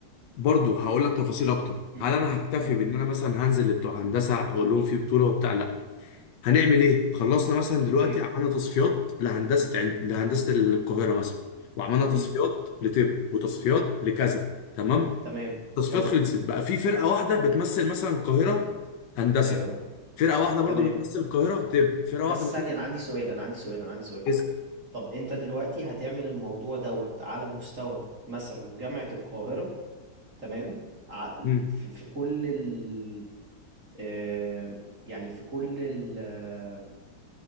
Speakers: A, on the left (about 70°); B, on the right (about 45°).
A: برضه هقول لك تفاصيل اكتر
B: امم
A: هل انا هكتفي
B: قول
A: بان
B: لي
A: انا مثلا هنزل لبتوع هندسه اقول لهم في بطوله وبتاع لا هنعمل ايه خلصنا مثلا دلوقتي
B: ايه
A: عملنا تصفيات لهندسه عند... لهندسه القاهره مثلا وعملنا تصفيات
B: امم
A: لطب وتصفيات لكذا تمام
B: تمام
A: التصفيات
B: اه
A: خلصت بقى في فرقه واحده بتمثل مثلا القاهره هندسه
B: ايوه
A: فرقه واحده برضو
B: تمام
A: بتمثل القاهره طب فرقه واحده
B: بس
A: بتمثل
B: ثانيه انا عندي سؤال انا عندي سؤال انا عندي سؤال
A: اسم
B: طب انت دلوقتي هتعمل الموضوع دوت على مستوى مثلا جامعة القاهرة تمام ع-
A: مم.
B: في في كل ال آه، يعني في كل ال آه،